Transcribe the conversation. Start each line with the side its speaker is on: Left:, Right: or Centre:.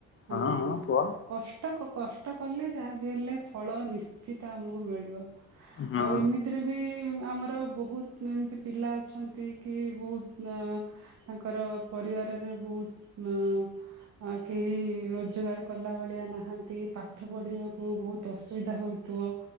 Right: ହୁଁ
Left: ହଁ
Right: ହୁଁ
Left: ହଁ କୁହ
Right: କଷ୍ଟ, କଷ୍ଟ କଲେ, ଯାହା ବିି ହେଲେ ଫଳ ନିଶ୍ଚିତ ଆମକୁ ମିଳିବ
Left: ହଁ
Right: ଆଉ ଏମିତିରେ ବି ଆମର ବହୁତ ଏମିତି ପିଲା ଅଛନ୍ତି କି ବହୁତ ତାଙ୍କର ପରିବାରରେ ବହୁତ ଅ ଆ କେହି ରୋଜଗାର କଲା ଭଳିଆ ନାହାନ୍ତି ପାଠ ପଢିବାକୁ ବହୁତ ଅସୁବିଧା ହଉଥିବ